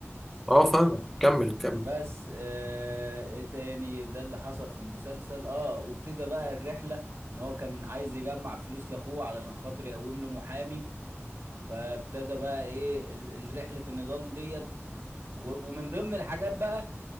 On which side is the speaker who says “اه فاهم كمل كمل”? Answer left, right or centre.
Centre